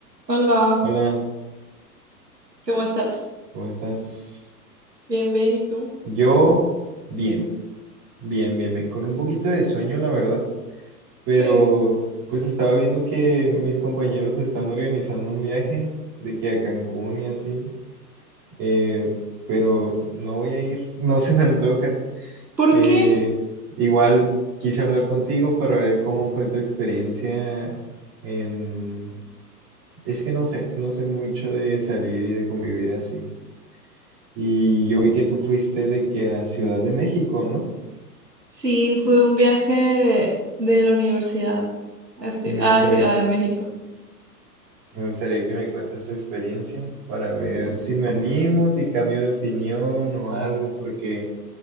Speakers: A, on the right (about 80°); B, on the right (about 30°).
A: Hola,
B: Hola,
A: ¿cómo estás?
B: ¿cómo estás?
A: Bien, bien, ¿y tú?
B: Yo bien, bien, bien, bien, con un poquito de sueño, la verdad, pero
A: Sí.
B: pues estaba viendo que mis compañeros están organizando un viaje de que a Cancún y así, eh, pero no voy a ir, <laughs> no se me antoja.
A: ¿Por
B: Eh,
A: qué?
B: igual quise hablar contigo para ver cómo fue tu experiencia en... Es que no sé, no soy mucho de salir y de convivir así. Y yo vi que tú fuiste de que a Ciudad de México, ¿no?
A: Sí, fue un viaje de la universidad a, Ci-
B: Y me
A: a
B: gustaría,
A: Ciudad
B: Sí.
A: de México.
B: me gustaría que me cuentes tu experiencia para ver si me animo, si cambio de opinión o algo, porque